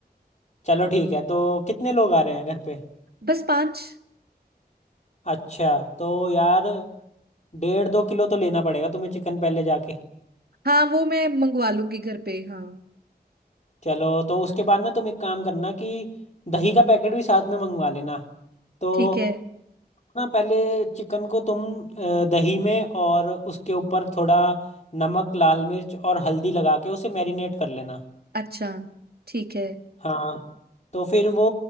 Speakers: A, on the left (about 45°); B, on the right (about 70°).
A: चलो ठीक है तो कितने लोग आ रहे हैं घर पे
B: बस पांच
A: अच्छा तो यार डेढ़ दो किलो तो लेना पड़ेगा तुम्हें चिकन पहले जाके
B: हाँ वो मैं मंगवा लूंगी घर पे हाँ
A: चलो तो उसके बाद ना तुम एक काम करना कि दही का पैकेट भी साथ में मंगवा लेना तो
B: ठीक है
A: ना पहले चिकन को तुम अ, दही में और उसके ऊपर थोड़ा नमक लाल मिर्च और हल्दी लगा के उसे मैरिनेट कर लेना
B: अच्छा ठीक है
A: हाँ तो फिर वो